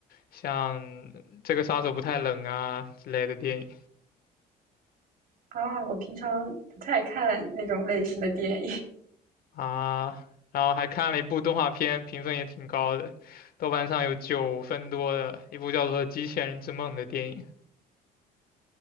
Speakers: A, on the left; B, on the right.
A: 像《这个杀手不太冷》啊之类的电影
B: 啊，我平常不太看那种类型的电影，
A: 啊，然后还看了一部动画片，评分也挺高的，豆瓣上有九分多的一部叫做《机器人之梦》的电影